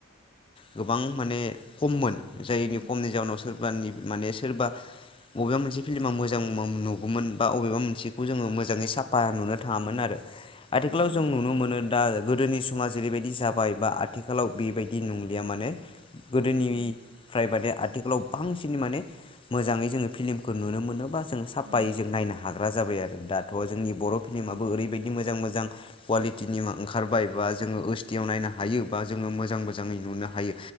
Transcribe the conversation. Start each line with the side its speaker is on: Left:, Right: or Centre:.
Left: थोबबां मबां जाय नि
Right: उम
Left: खमनि जाउनाव सोरब माने सोरबा बबेबा मोनसे फिल्मा मोजां नुगौमोन बा बबेबा मोनसेखौ जोङो मोजाङै साफा नुनो थाङामोन आरो आथिखालाव
Right: ओं
Left: जों नुनो मोनो दा गो गोदोनि समा जेरैबायदि जाबाय बा आथिखालाव बेबायदि नंलिया माने गोदोनि
Right: औ
Left: प्राइभादया आथिखालाव बांसिन माने मोजाङै जोङो फिल्मखौ नुनो मोनो बा जोंो साफायै
Right: उम औ उम
Left: जों नायनो हायो हाग्रा जाबाय आरो दाथ जोंनि बर फिलिमाबबो
Right: औ
Left: ओरैबायदि मोजां मोजां मोजां कुवालिटिनि ओंखारबाय बा जोङो सटियाव नायनो हायो बा जोङो मोजां मोजाङै नुनो हायो